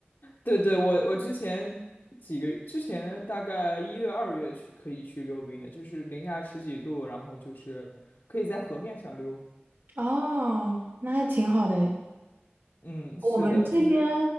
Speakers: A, on the left; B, on the right.
A: 对对，我我之前几个之前大概一月二月去可以去溜冰的，就是零下十几度，然后就是可以在河面上溜。
B: 哦，那还挺好的。
A: 嗯，是的，
B: 我们这边
A: 就是